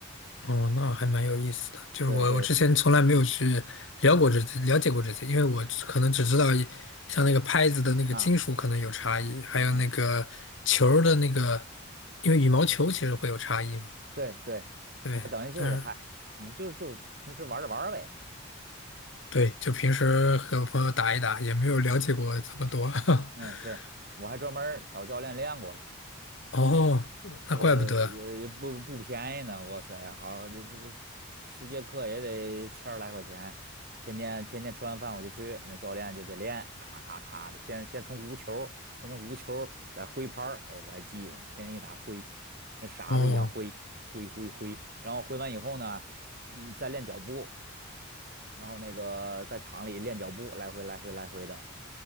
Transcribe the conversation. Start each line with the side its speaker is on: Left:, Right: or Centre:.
Left: 哦，那还蛮有意思的。就是我我之前从来没有去聊过这些，
Right: 对对
Left: 了解过这些，因为我只可能只知道一像那个拍子的那个金属可能有差异，
Right: 啊
Left: 还有那个球儿的那个，
Right: 啊
Left: 因为羽毛球其实会有差异嘛。
Right: 对对，
Left: 对，
Right: 那等于就是嗨，
Left: 但是
Right: 你就是就是平时玩着玩儿呗，
Left: 对，就平时和朋友打一打，也没有了解过这么多。<laughs>
Right: 嗯，是，我还专门儿找教练练过了，
Left: 哦，那怪不得。
Right: 呃呃，也不不便宜呢，哇塞，好，这这这十节课也得千儿来块钱，天天天天吃完饭我就去，那教练就得练，咔咔咔的，先先从无球儿先从无球儿在那儿挥拍儿，哎呀，我还记得呢，天天就在那儿挥，跟傻子一样挥挥挥挥，
Left: 哦，
Right: 然后挥完以后呢，嗯，再练脚步，然后那个在场里练脚步，来回来回来回的。